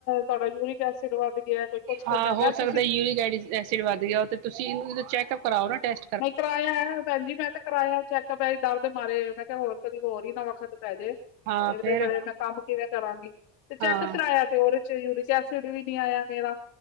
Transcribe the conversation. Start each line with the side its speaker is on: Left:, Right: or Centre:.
Left: ਤੁਹਾਡਾ ਯੂਰਿਕ ਐਸਿਡ ਵੱਧ ਗਿਆ ਕੋਈ ਕੁਛ ਕਹਿੰਦਾ
Right: ਹਾਂ ਹੋ
Left: ਮੈਂ ਤੁਸੀਂ
Right: ਸਕਦਾ ਯੂਰਿਕ ਐਸਿਡ ਵੱਧ ਗਿਆ ਤੇ ਤੁਸੀਂ ਚੈੱਕਅਪ ਕਰਾਓ ਨਾ ਟੈਸ
Left: ਨਹੀਂ ਕਰਵਾਇਆ ਏ ਭੈਣ ਜੀ ਮੈਂ ਤੇ ਕਰਾਇਆ ਚੈੱਕਅਪ ਦਰਦ ਮਾਰੇ ਮੈਂ ਕਿਹਾ ਹੋਰ ਕਦੀ ਹੋਰ ਹੀ ਨਾ ਵਖਤ ਪੈ ਜੇ ਇਹਦੇ
Right: ਹਾਂ ਫਿਰ
Left: ਬਾਰੇ ਮੈਂ ਕੰਮ ਕਿਵੇਂ ਕਰਾਂਗੀ ਤੇ ਚੈੱਕ
Right: ਹਾਂ
Left: ਕਰਾਇਆ ਤੇ ਉਹਦੇ ਚ ਯੂਰਿਕ ਐਸਿਡ ਵੀ ਨੀ ਆਇਆ ਮੇਰਾ